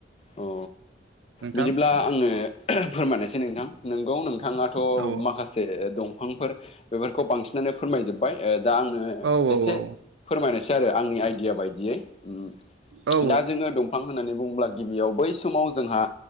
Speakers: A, on the left; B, on the right.
A: औ
B: नोंथां
A: बिदिब्ला आङो फोरमायनोसै नोंथां नंगौ नोंथाङाथ'
B: औ
A: माखा से दंफांफोर बेफोरखौ बांसिनानो फोरमायजोबबाय ओ दा आङो
B: औ
A: एसे
B: औ
A: फोरमायनोसै आरो आंनि आइडिया बायदियै ओम
B: औ
A: दा जोङो दं फां होननानै बुङोब्ला गिबियाव बै समाव जोंहा